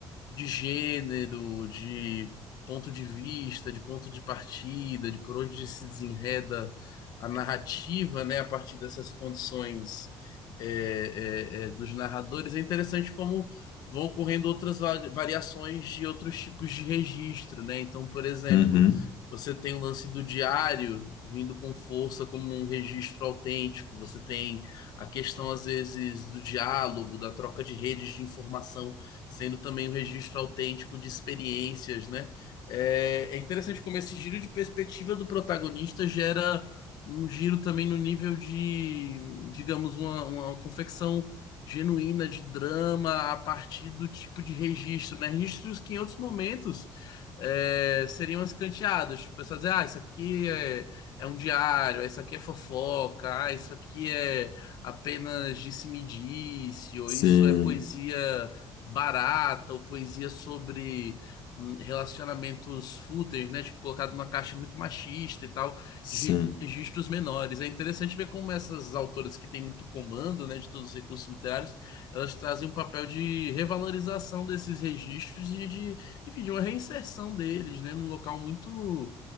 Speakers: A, on the left (about 55°); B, on the left (about 75°).
A: de gênero, de ponto de vista, de ponto de partida, de por onde se desenreda a narrativa, né, a partir dessas condições é, é, é, dos narradores, é interessante como vão ocorrendo outras va- variações de outros tipos de registro, né? Então, por exemplo,
B: Uhum.
A: você tem o lance do diário vindo com força como um registro autêntico, você tem a questão, às vezes, do diálogo, da troca de redes de informação sendo também um registro autêntico de experiências, né? É, é interessante como esse giro de perspectiva do protagonista gera um giro também no nível de, digamos, uma, uma confecção genuína de drama a partir do tipo de registro, né? Registros que em outros momentos é, seriam escanteados. Tipo, o pessoal dizer, ah, isso aqui é, é um diário, ah, isso aqui é fofoca, ah, isso aqui é apenas disse-me-disse, ou
B: Sim,
A: isso é poesia barata ou poesia sobre hum, relacionamentos fúteis, né? Tipo, colocado numa caixa muito machista e tal,
B: sim.
A: de registros menores. É interessante ver como essas autoras que têm muito comando, né, de todos os recursos literários, elas trazem um papel de revalorização desses registros e de, enfim, de uma reinserção deles, né, num local muito